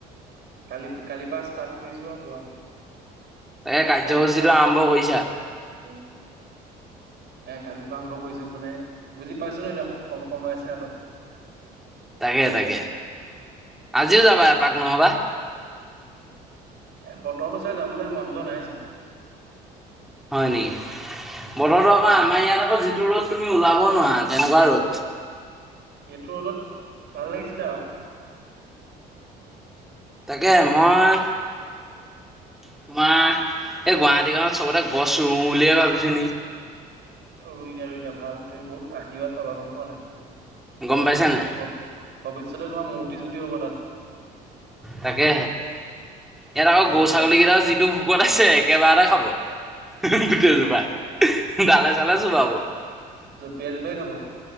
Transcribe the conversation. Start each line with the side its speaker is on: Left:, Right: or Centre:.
Right: কালি কালিৰ পৰা ষ্টাৰ্ট কৰিছো আৰু ঘোৱা
Centre: তাকে কাৰ্যসূচীটো
Right: কালি সেই কাৰণে অলপ
Centre: আৰম্ভ
Right: ঘূৰিলোগে
Centre: কৰিছা
Right: এ কালিৰ পৰা আৰম্ভ কৰিছো মানে বুজি পাইছো ন এতিয়া কম সময় আছে হাতত
Centre: তাকে তাকে আজিও যাবা এপাক নহবা
Right: এ বততো চাই যাবলৈ মন যোৱা নাইচোন
Centre: হয় নেকি বতৰটো আকৌ আমাৰ
Right: উম
Centre: ইয়াত আকৌ যিটো ৰ'দ তুমি ওলাব নোৱাৰা তেনেকুৱা ৰ'দ
Right: সেইটো ৰদত ভাল লাগিছিলে আৰু
Centre: তাকে মই তোমাৰ এই গুৱাহাটী গাঁৱত সবতে গছ ৰুওঁ বুলিয়ে ভাবিছো নি
Right: ৰুই দিয়া ৰুই দিয়া ভাল তুমি বহুত আশীৰ্বাদ পাবা গম পোৱা নাই
Centre: গম
Right: ভৱি
Centre: পাইছা নাই
Right: ভৱিষ্যতে তোমাৰ মূৰ্তি চূৰ্তি হ'ব তাত
Centre: তাকে ইয়াত আকৌ
Right: বোলো
Centre: গৰু
Right: এনেকুৱা
Centre: ছাগলীকেইটা যিটো ভোকত আছে একেবাৰতে খাব গোটেইজোপা ডালে চালে ছোবাব
Right: জঁপিয়াই জঁপিয়াই খাব